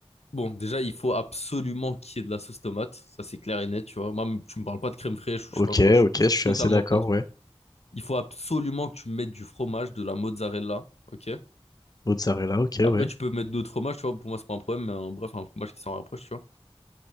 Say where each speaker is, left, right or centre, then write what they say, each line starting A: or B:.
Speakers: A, on the left; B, on the left.
A: bon, déjà, il faut absolument qu'il y ait de la sauce tomate. Ça, c'est clair et net, tu vois. Même, tu me parles pas de crème fraîche ou
B: Ok,
A: je sais pas quoi. Je
B: ok,
A: je
B: je
A: suis
B: suis
A: totalement
B: assez d'accord,
A: contre.
B: ouais.
A: Il faut absolument que tu mettes du fromage, de la mozzarella, ok?
B: Mozzarella, ok,
A: Après,
B: ouais.
A: tu peux mettre d'autres fromages, tu vois. Pour moi, c'est pas un problème, mais euh, bref, un fromage qui s'en rapproche, tu vois.